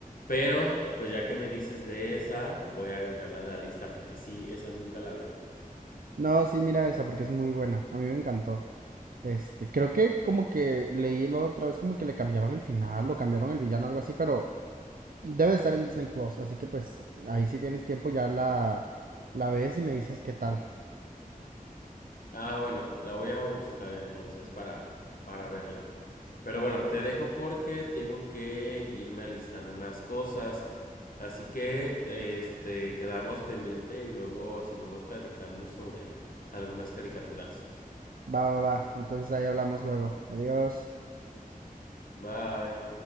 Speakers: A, on the left; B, on the right.
A: Pero, pues ya que me dices de esa, voy a agregarla a la lista porque sí, esa nunca la vi.
B: No, sí, mira esa porque es muy buena. A mí me encantó. Este, creo que como que leí la otra vez como que le cambiaron el final o cambiaron el villano, algo así, pero debe de estar en Disney Plus, así que pues ahí si tienes tiempo ya la, la ves y me dices qué tal.
A: Ah, bueno, la voy a buscar entonces para, para verla. Pero bueno, te dejo porque tengo que irme a listar unas cosas. Así que, este, quedamos pendiente y luego seguimos platicando sobre algunas caricaturas.
B: Va, va, va. Entonces ahí hablamos luego. Adiós.
A: Bye.